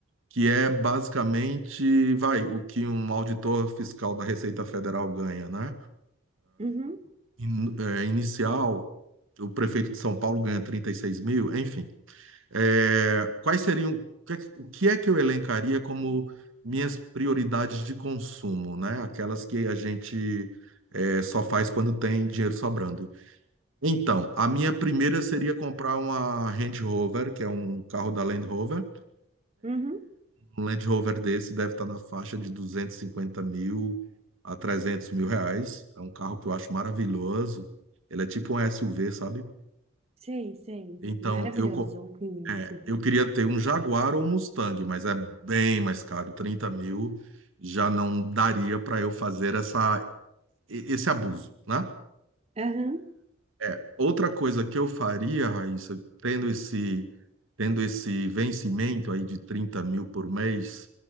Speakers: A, on the right (about 70°); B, on the right (about 30°).
A: que é basicamente, vai, o que um auditor fiscal da Receita Federal ganha, né?
B: Uhum.
A: In- é, inicial, o prefeito de São Paulo ganha trinta e seis mil, Enfim. É, quais seriam, o que é que o que é que eu elencaria como minhas prioridades de consumo, né? Aquelas que a gente é, só faz quando tem dinheiro sobrando. Então, a minha primeira seria comprar uma Range Rover, que é um carro da Land Rover.
B: Uhum.
A: Um Land Rover desse deve estar na faixa de 250 mil a 300 mil reais. É um carro que eu acho maravilhoso. Ele é tipo um SUV, sabe?
B: Sei, sei.
A: Então,
B: Maravilhoso,
A: eu, co-
B: eu conheço.
A: É, Eu queria ter um Jaguar ou um Mustang, mas é bem mais caro. 30 mil já não daria para eu fazer essa, e- esse abuso, né?
B: Aham.
A: É. Outra coisa que eu faria, Raíssa, tendo esse, tendo esse vencimento aí de 30 mil por mês,